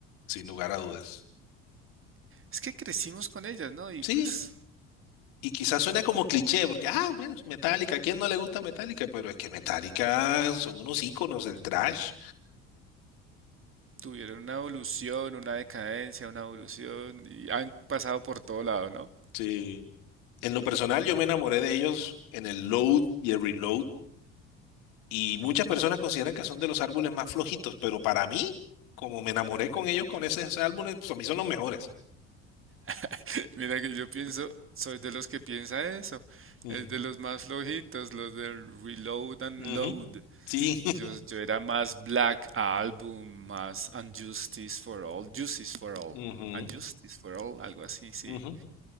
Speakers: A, on the left (about 65°); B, on the right (about 35°).
A: sin lugar a dudas.
B: es que crecimos con ellas, ¿no? Y
A: Sí,
B: pues
A: y quizás suena como cliché, porque, ah, bueno, es Metallica, ¿a quién no le gusta Metallica? Pero es que Metallica son unos íconos del trash.
B: tuvieron una evolución, una decadencia, una evolución y han pasado por todo lado, ¿no?
A: Sí. En lo personal, yo me enamoré de ellos en el Load y el Reload, y muchas personas consideran que son de los árboles más flojitos, pero para mí, como me enamoré con ellos con esos álbumes, pues a mí son los mejores.
B: <laughs> Mira que yo pienso, soy de los que piensa eso,
A: Ujú.
B: es de los más flojitos, los del reload and
A: Ujú.
B: load.
A: Sí.
B: Yo, yo era más Black Album, más Unjustice for All, Justice for All,
A: Ujú,
B: Unjustice for All, algo así, sí,
A: ujú.